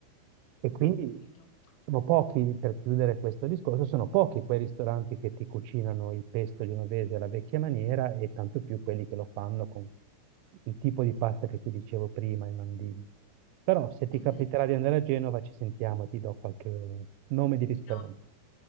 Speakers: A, on the right (about 85°); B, on the left (about 75°).
A: E
B: mm,
A: quindi
B: ho capito.
A: sono pochi, per chiudere questo discorso, sono pochi quei ristoranti che ti cucinano il pesto genovese alla vecchia maniera e tanto più quelli che lo fanno con il tipo di pasta che ti dicevo prima, i mandini. Però se ti
B: Mm-hmm.
A: capiterà di andare a Genova ci sentiamo e ti do qualche nome di ristorante.
B: No,